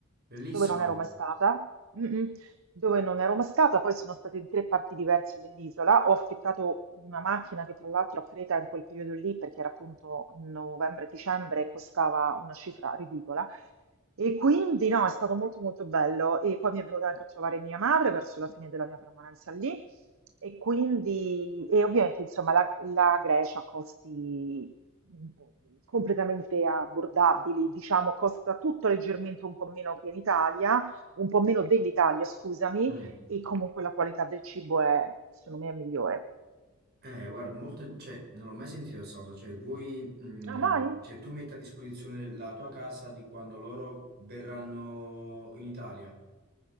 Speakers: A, on the right (about 45°); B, on the right (about 65°).
A: Bellissimo.
B: dove non ero mai stata, Mm-mm. dove non ero mai stata, poi sono stata in tre parti diverse dell'isola, ho affittato una macchina che tra l'altro a Creta in quel periodo lì, perché era appunto novembre-dicembre, costava una cifra ridicola. E quindi no, è stato molto molto bello e poi mi è venuta anche a trovare mia madre verso la fine della mia permanenza lì. E quindi, e ovviamente insomma la, la Grecia ha costi mh, completamente abbordabili, diciamo costa tutto leggermente un po' meno che in Italia, un po' meno dell'Italia, scusami,
A: Mm.
B: e comunque la qualità del cibo è, secondo me, è migliore.
A: Eh, guarda, molto, cioè, non l'ho mai sentito questa cosa. Cioè, vuoi, mm,
B: Ah, mai?
A: cioè, tu metti a disposizione la tua casa di quando loro verranno in Italia.